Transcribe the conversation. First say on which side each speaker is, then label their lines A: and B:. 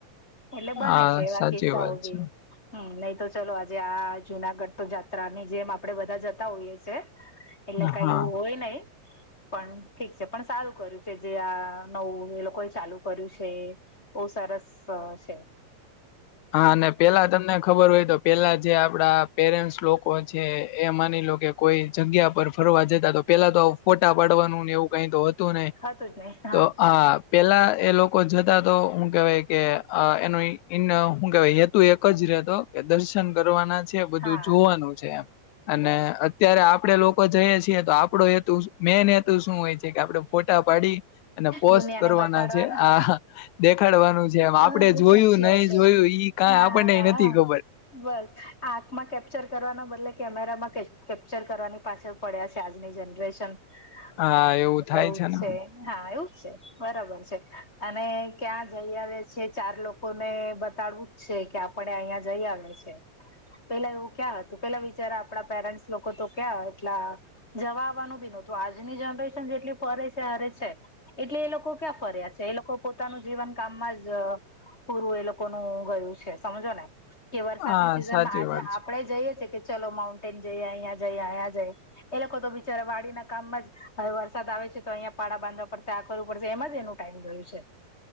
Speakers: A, on the left (about 20°); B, on the left (about 80°).
A: એટલે બને
B: હા
A: છે એવા
B: સાચી
A: કિસ્સાઓ
B: વાત
A: બી.
B: છે
A: હમ્મ, નહી તો ચલો આજે આ જુનાગઢ તો જાત્રાની જેમ આપડે બધા જતા હોઈએ છે. એટલે કઈ
B: હા
A: એવું હોય નઈ પણ ઠીક છે પણ સારું કર્યું છે જે આ નવું એ લોકો એ ચાલુ કર્યું છે એ બો સરસ અ છે.
B: હા અને પેલા તમને ખબર હોય તો પેલા જે આપડા પેરેન્ટ્સ લોકો છે એ માની લો કે કોઈ જગ્યા પર ફરવા જતા તો પેલા તો આવું ફોટા પાડવાનું ને એવું કઈ તો હ તું નઈ,
A: હતું જ નહી હા
B: તો આ પેલા એ લોકો જતા તો હું કેવાય કે અ એનું ઈ ઇન હું કેવાય હેતુ એક જ રેતો કે દર્શન કરવાના છે બધું
A: હા
B: જોવાનું છે એમ અને
A: બસ
B: અત્યારે આપડે લોકો જઈએ છીએ તો આપડો હેતુ, મેન હેતુ શું હોય છે કે આપડે ફોટા પાડી અને પોસ્ટ
A: દુનિયાને
B: કરવાના
A: બતાડવાના
B: છે. આ દેખાડવાનું છે એમ
A: હ
B: આપડે જોયું
A: સાચી
B: નહી
A: વાત છે
B: જોયું ઈ કાય
A: હા
B: આપણનેઈ નથી ખબર.
A: બસ આંખમાં કેપ્ચર કરવાના બદલે કેમેરામાં કે કેપ્ચર કરવાની પાછળ પડ્યા છે આજની જનરેશન
B: હા
A: અ એવું
B: થાય
A: જ
B: ને
A: છે. હા, એવું જ છે બરાબર છે. અને ક્યાં જઈ આવે? જે ચાર લોકો ને બતાડવું જ છે કે આપણે અહિયાં જઈ આવ્યા છે. પેલા એવું ક્યાં હતું? પેલા વિચારા, આપણા પેરેન્ટ્સ લોકો તો ક્યાં આટલા જવા આવવાનું બી નહોતું. આજની જનરેશન જેટલી ફરે છે હરે છે એટલે એ લોકો ક્યાં ફર્યા છે, એ લોકો પોતાનું જીવન કામમાં જ પૂરું એ લોકોનું ગયું છે સમજો ને, કે વરસાદની
B: હા
A: સિઝનમાં
B: સાચી
A: આજે
B: વાત છે
A: આપણેે જ જઈએ છે કે ચલો માઉન્ટેન જઈએ, અહીંયા જઈએ, અહીંયા જઈયે એ લોકો તો બિચારા વાડીના કામમાં જ, હવે વરસાદ આવે છે તો અહિયા પાળડા બાંધવા પડશે, આ કરવું પડશે, એમાં જ એનું ટાઈમ ગયું છે.